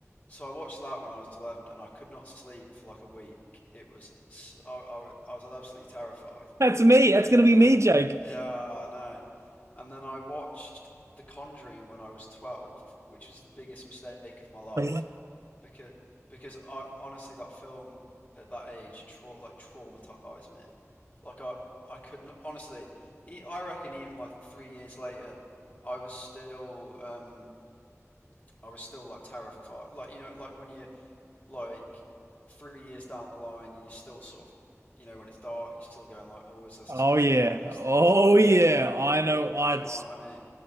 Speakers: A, on the left; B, on the right.
A: so I watched that when I was eleven and I could not sleep for like a week. It was I I I was absolutely terrified.
B: That's me. That's going
A: And
B: to be
A: then,
B: me, Jake.
A: yeah, I know. And then I watched The Conjuring when I was 12, which was the biggest mistake of my life
B: <laughs>
A: because because I honestly that film at that age tra- like traumatized me. Like I I couldn't honestly e- I reckon even like 3 years later I was still um I was still like terrified. Like you know like when you like three years down the line, you're still sort of, you know, when it's dark, you're still going like, oh, is this
B: Oh
A: is
B: yeah.
A: there one of those
B: Oh
A: things in my room?
B: yeah. I know. I
A: Do you know what I mean?